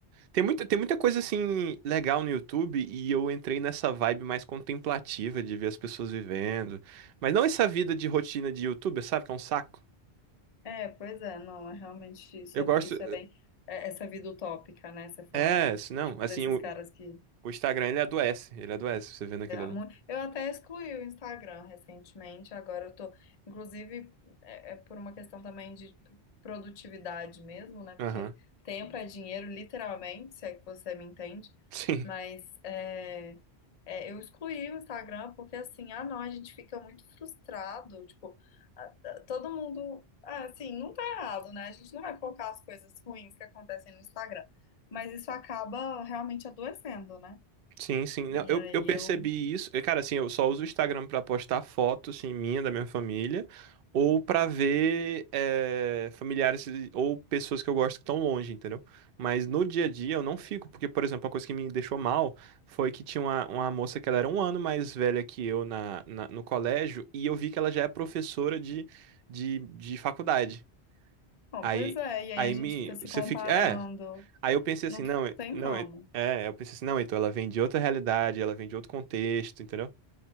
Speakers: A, on the right; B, on the left.
A: Tem muita, tem muita coisa assim legal no YouTube e eu entrei nessa vibe mais contemplativa de ver as pessoas vivendo. Mas não essa vida de rotina de YouTuber, sabe? Que é um saco.
B: É, pois é, não, é realmente isso
A: Eu
B: é,
A: gosto.
B: isso é bem é, essa vida utópica, né? Você fala.
A: É, se não,
B: Tipo,
A: assim,
B: desses
A: o,
B: caras que
A: o Instagram ele adoece, ele adoece, você vendo aquilo ali.
B: Mu- Eu até excluí o Instagram recentemente, agora eu tô, inclusive, é, é por uma questão também de produtividade mesmo, né? Porque
A: Aham.
B: tempo é dinheiro, literalmente, se é que você me entende,
A: <laughs> Sim.
B: mas é, é, eu excluí o Instagram porque assim, ah não, a gente fica muito frustrado, tipo, a- a- todo mundo, ah, assim, não tá errado, né? A gente não vai colocar as coisas ruins que acontecem no Instagram, mas isso acaba realmente adoecendo, né?
A: Sim, sim.
B: E
A: Não, Eu,
B: aí
A: eu percebi
B: eu
A: isso. E, Cara, assim, eu só uso o Instagram pra postar fotos, assim, minha, da minha família, ou pra ver eh, familiares e- ou pessoas que eu gosto que estão longe, entendeu? Mas no dia a dia eu não fico, porque, por exemplo, a coisa que me deixou mal foi que tinha uma, uma moça que ela era um ano mais velha que eu na, na- no colégio, e eu vi que ela já é professora de, de, de faculdade.
B: Bom,
A: Aí,
B: pois é, e aí
A: aí
B: a gente
A: me,
B: fica se
A: você
B: comparando.
A: fica. É. Aí eu pensei assim,
B: Não
A: não, é-
B: tem
A: não,
B: como.
A: é, é, eu pensei assim, não, então ela vem de outra realidade, ela vem de outro contexto, entendeu?